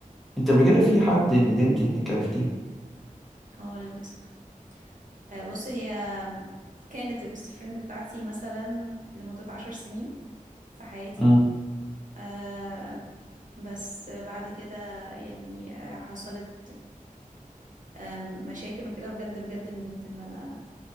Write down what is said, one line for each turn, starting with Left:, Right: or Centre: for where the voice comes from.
Centre: انت قبل كده في حد ندمت انك عرفتيه
Right: اه للاسف آه، بص هي كانت البيست فريند بتاعتي مثلا لمده عشر سنين في حياتي
Centre: امم
Right: آه بس بعد كده يعني آه، حصلت آه، مشاكل وكده بجد بجد ندمت ان انا